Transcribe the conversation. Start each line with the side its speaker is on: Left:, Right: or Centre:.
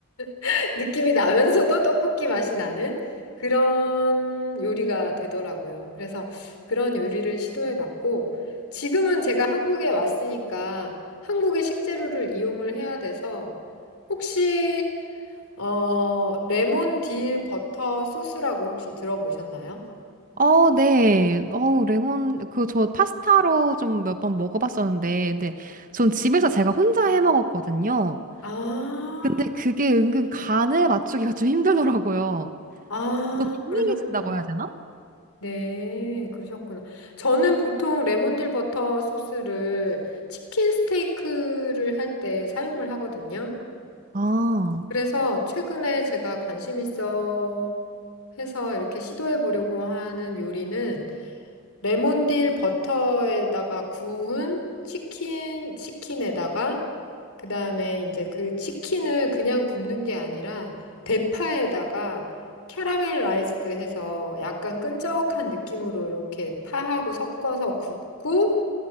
Left: <laughs> 느낌이 나면서도 떡볶이 맛이 나는 그런 요리가 되더라고요. 그래서 그런 요리를 시도해봤고 지금은 제가 한국에 왔으니까 한국의 식재료를 이용을 해야 돼서 혹시 어, 레몬 딜 버터 소스라고 혹시 들어보셨나요?
Right: 어, 네. 어, 레몬, 그, 저 파스타로 좀 몇 번 먹어봤었는데, 근데 전 집에서 제가 혼자 해 먹었거든요.
Left: 아,
Right: 근데 그게 은근 간에 맞추기가 좀 힘들더라고요.
Left: 아,
Right: 너무 밍밍해진다고
Left: 그러셨구나.
Right: 해야 되나?
Left: 네, 그러셨구나. 저는 보통 레몬딜 버터 소스를 치킨 스테이크를 할 때 사용을 하거든요.
Right: 아,
Left: 그래서 최근에 제가 관심 있어 해서 이렇게 시도해 보려고 하는 요리는 레몬딜 버터에다가 구운 치킨, 치킨에다가, 그 다음에 이제 그 치킨을 그냥 굽는 게 아니라, 대파에다가 캐러멜라이즈드 해서 약간 끈적한 느낌으로 이렇게 파하고 섞어서 굽고,